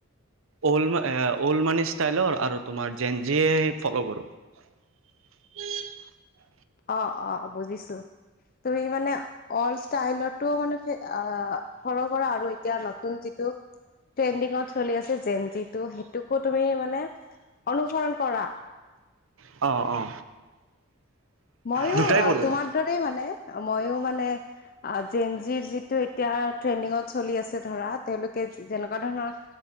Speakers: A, on the right; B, on the left.
A: অল্ড মে এ অল্ড মানি ষ্টাইলৰ আৰু তোমাৰ যেঞ্জিয়ে সেই ফ'লো কৰো। উম <unintelligible>
B: অ' অ' বুজিছোঁ। তুমি মানে অল ষ্টাইলৰটোও মানে ফে আ ফল' কৰা আৰু এতিয়া নতুন যি টো ট্ৰেণ্ডিংত চলি আছে যেঞ্জিটো সেইটোকো তুমি মানে অনুসৰণ কৰা?
A: অ' অ'।
B: মইও
A: দুটাই কৰোঁ
B: তোমাৰ
A: মই
B: দৰেই মানে মইও মানে আ যেঞ্জিৰ যিটো এতিয়া ট্ৰেণ্ডিংত চলি আছে ধৰা তেওঁলোকে যেনেকুৱা ধৰণৰ